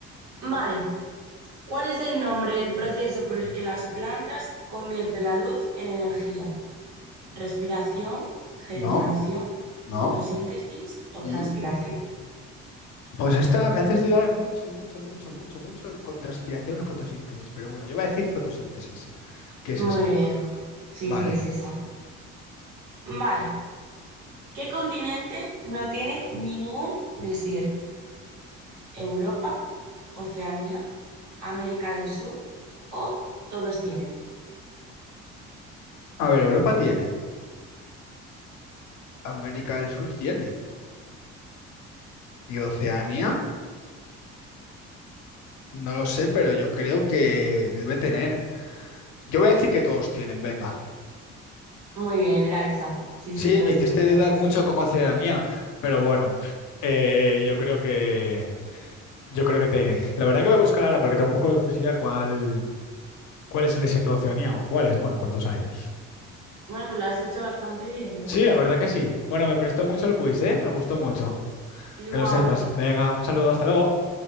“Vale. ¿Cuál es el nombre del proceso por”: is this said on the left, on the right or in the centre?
Right